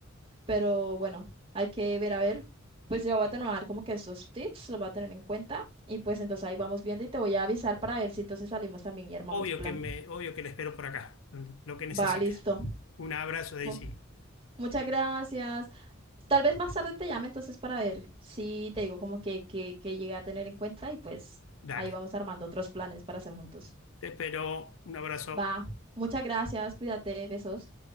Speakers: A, on the right; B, on the left.
A: pero bueno, hay que ver a ver. Pues yo voy a tomar como que esos tips, los voy a tener en cuenta y pues entonces ahí vamos viendo y te voy a avisar para ver si entonces salimos también y armamos
B: Obvio
A: plan.
B: que me, obvio que la espero por acá, lo que necesite.
A: Va, listo.
B: Un abrazo, Daisy.
A: Pu- muchas gracias. Tal vez más tarde te llame entonces para ver si te digo como que, que, que llegué a tener en cuenta y pues
B: Dale.
A: ahí vamos armando otros planes para hacer juntos.
B: Te espero. Un abrazo.
A: Va. Muchas gracias. Cuídate. Besos.